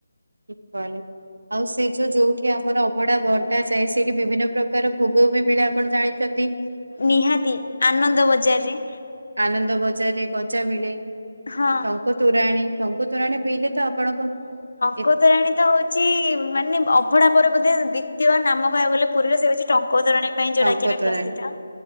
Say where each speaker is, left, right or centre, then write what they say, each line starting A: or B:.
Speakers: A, on the right; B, on the left.
A: <unintelligible> ଆଉ ସେଇ ଜଉ ଯୋଉ ଯୋଉଠି ଆମର ଅଭଡା ବଣ୍ଟା ଯାଏ ସେଇଠି ବିଭିନ୍ନ ପ୍ରକାର ଭୋଗ ବି ମିଳେ ଆପଣ ଜାଣି ଚନ୍ତି।
B: ନିହାତି ଆନନ୍ଦ ବଜାରରେ।
A: ଆନନ୍ଦ ବଜାରରେ ଗଜା ମିଳେ।
B: ହଁ
A: ଟଙ୍କୁ ତୋରାଣୀ ଟଙ୍କୁ ତୋରାଣୀ ପିଇଲେ ତ ଆପଣଙ୍କ ଏ
B: ଟଙ୍କତୋରାଣୀ ତ ହଉଛି ମାନେ ଅଭ ତାପରେ ବୋଧେ ଦ୍ୱିତୀୟ ନାମ କହିବାକୁ ଗଲେ ପୁରୀର ସେ ହେଉଛି ଟଙ୍କତୋରାଣୀ। ପାଇଁ ଯୋଉଟା
A: ଟଙ୍କ
B: କି ଆମେ
A: ତୋରାଣୀ
B: ପ୍ରସିଦ୍ଧ